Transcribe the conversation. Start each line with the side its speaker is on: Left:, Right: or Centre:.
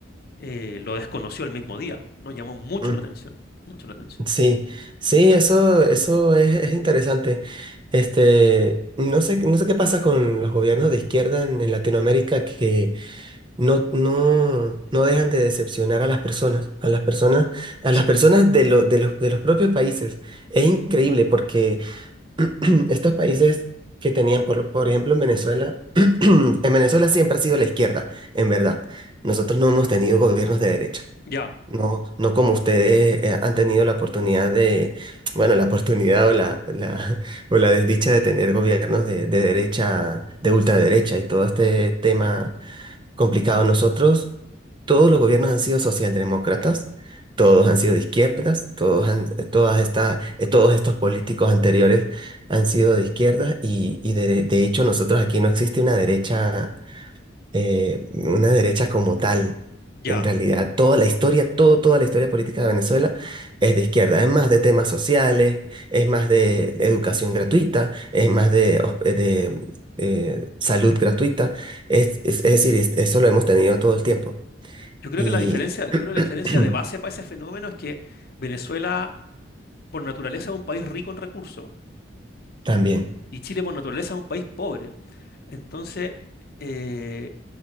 Left: eh, lo desconoció el mismo día. Nos llamó mucho
Right: Mm.
Left: la atención, mucho la atención.
Right: Sí, sí, eso, eso es, es interesante. Este, no sé, no sé qué pasa con los gobiernos de izquierda en, en Latinoamérica que no, no, no dejan de decepcionar a las personas, a las personas, a
Left: Sí.
Right: las personas de, lo- de los, de los propios países. Es increíble porque <clears throat> estos países que tenían, por, por ejemplo, en Venezuela, <clears throat> en Venezuela siempre ha sido la izquierda, en verdad. Nosotros no hemos tenido gobiernos de derecha.
Left: Ya,
Right: No, no como ustedes eh, han tenido la oportunidad de, bueno, la oportunidad o la, la- <laughs> o la desdicha de tener gobiernos de, de derecha, de ultraderecha y todo este tema
Left: ujú,
Right: complicado. Nosotros, todos los gobiernos han sido socialdemócratas, todos han sido de izquierdas, todos han, eh, todas estas, eh, todos estos políticos anteriores han sido de izquierdas y, y de, de hecho nosotros aquí no existe una derecha eh, una derecha como tal.
Left: ya.
Right: En realidad, toda la historia, todo, toda la historia política de Venezuela es de izquierda. Es más de temas sociales, es más de educación gratuita, es más de, hos- eh, de, eh, salud gratuita. Es, es, es decir, es- eso lo hemos tenido todo el tiempo.
Left: Yo creo
Right: Y
Left: que la diferencia, yo
Right: <clears throat>
Left: creo que la diferencia de base para ese fenómeno es que Venezuela, por naturaleza, es un país rico en recursos
Right: también,
Left: Y Chile por naturaleza es un país pobre. Entonces, eh,